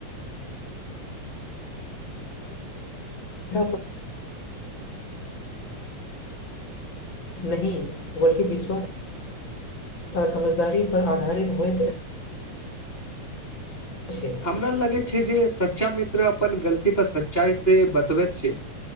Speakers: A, on the left (about 50°); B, on the left (about 20°).
A: <unintelligible> नहीं बल्कि विश्वास समझदारी पर आधारित होइत छै
B: हमरा लगैत छैय जे सच्चा मित्र अपन गलती पर सच्चाइ से बतबैत छैय